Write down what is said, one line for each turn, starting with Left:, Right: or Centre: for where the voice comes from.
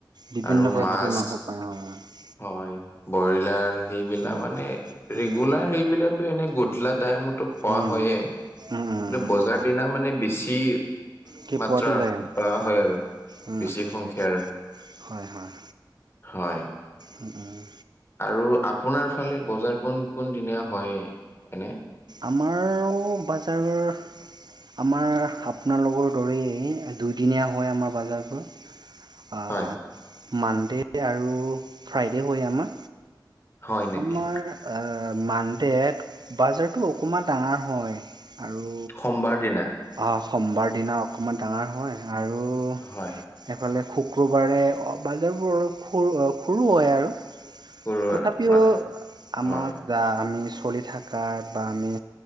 Right: বিভিন্ন
Left: আৰু
Right: প্ৰজাতিৰ
Left: মাছ
Right: মাংস পায় অ'
Left: হয়, বইলাৰ সেইবিলাক
Right: উম
Left: মানে ৰেগুলাৰ
Right: উম
Left: সেইবিলাক টো এনে গধুলা টাইমতো পোৱা
Right: উম উম
Left: হয়ে
Right: উম
Left: কিন্তু বজাৰ
Right: উম
Left: দিনা মানে বেছি
Right: কি
Left: মাত্ৰা
Right: পোৱাতো যায় আৰু
Left: পোৱা হয়
Right: উম
Left: আৰু
Right: উম
Left: বেছি
Right: উম
Left: সংখ্যয়াৰ
Right: উম হয়, হয়।
Left: হয়।
Right: উম উম
Left: আৰু আপোনাৰ ফালে বজাৰ কোন, কোন দিনীয়া হয় এনে
Right: আমাৰ ও' বাজাৰৰ আমাৰ আপোনালোকৰ দৰেই দুইদিনীয়া হয় আমাৰ বাজাৰবোৰ আ'
Left: হয়,
Right: মানডে আৰু ফ্ৰাইডে' হয় আমাৰ,
Left: হয় নেকি?
Right: আমাৰ মানডেত বাজাৰটো অকণমান ডাঙৰ হয়। আৰু
Left: সোমবাৰ দিনা
Right: অ' সোমবাৰ দিনা অকমান ডাঙৰ হয় আৰু
Left: হয়
Right: সেইফালে শুক্ৰবাৰে, বাজাৰবোৰ অলপ সৰু হয়, সৰু হয় আৰু।
Left: কৰোঁ
Right: তথাপিও
Left: আৰু মানে হয়।
Right: আমাৰ বা আমি চলি থাকা বা আমি